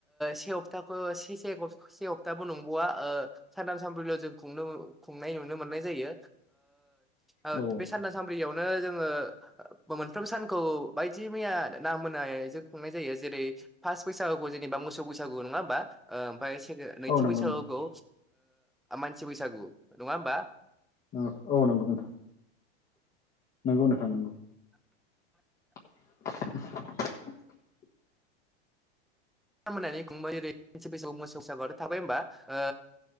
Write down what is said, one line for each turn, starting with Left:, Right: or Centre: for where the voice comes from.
Centre: से सप्ताखौ से से से सप्ताबो नंबावा ओ सानथाम सानब्रैल' जों खुंनो खुंनाय नुनो मोननाय जायोओ ओ
Left: औ
Centre: बे सानथा सानब्रैयाव नो जोङो मोनफ्रोम सानखौ बायदि मैया नाम मोननाय जों खुंनाय जायो जेरै फास बैसागुखौ जेनेबा मोसौ बैसागु नंङा ओमबा ओ ओमफ्राय से नैथि
Left: औ नंगौ
Centre: बैसागुखौ
Left: नोंथां
Centre: मानसि बैसागु नङा होमबा?
Left: औ औ नंगौ नोंथां। नोंगौ नोंथां नांगौ। <inaudible>
Centre: मा होननानै खबाय ओरै मोनसे बैसआव मोसौ सागर' थाबाय होमबा ओ